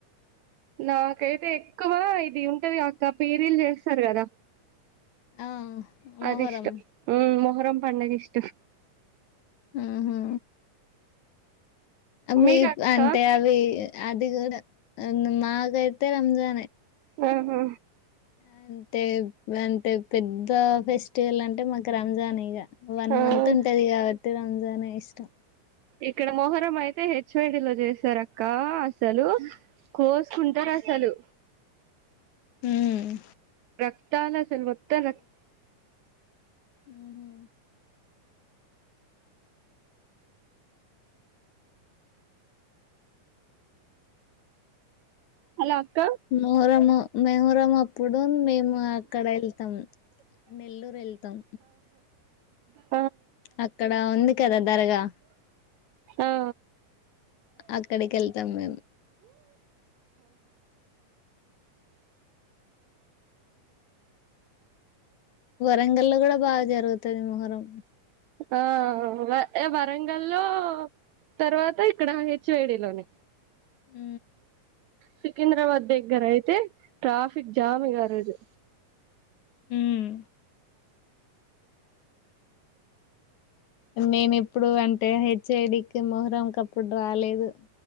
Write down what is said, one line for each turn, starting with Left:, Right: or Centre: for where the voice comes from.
Right: నాకైతే ఎక్కువ ఇది ఉంటది అక్క పేరీలు చేస్తారు కదా
Left: ఆ మొహరం
Right: అదిష్ట అరం పండకి ఇష్టం
Left: ఆహా మీ
Right: మీకు అక్క
Left: అంటే అవి అది కూడా మాగాయితే రంజానే.
Right: అ హా
Left: అంటే అంటే పెద్ద ఫెస్టివల్ అంటే మాకు రంజాన్ ఇగా. వన్
Right: ఆ
Left: మంత్ ఉంటది కాబట్ తే రంజానా ఇష్టం
Right: ఇక్కడ మొహరం అయితే హెచ్వేడిలో చేసార అక్క అసలు కోసుకుంటరు అసలు
Left: హ్మ్
Right: రక్తాల సలుపోత్తె రక్త
Left: ఉహు
Right: హాల అక్క
Left: మొహరము మెహరంగా ప్పుడు మేము అక్కడ వెళ్తాం నెల్లూరు వెళ్తాం.
Right: ఓ
Left: అక్కడ ఉంది కదా దరగా
Right: ఆ
Left: అక్కడికి వెళ్తాం మేము. వరంగల్లో కూడా బాగా జరు రుగుతది మొహరం
Right: ఆ వ వరంగల్ లో తర్వాత ఇక్కడ హెచ్వైడి లోనే
Left: ఉ
Right: సికింద్రాబాద్ దగ్గర అయితే ట్రాఫిక్ జామి గా ఆ రోజు
Left: హ్మ్ నేను ఎప్పుడు అంటే చెడికి మొహరం కప్పుడు రాలేదు.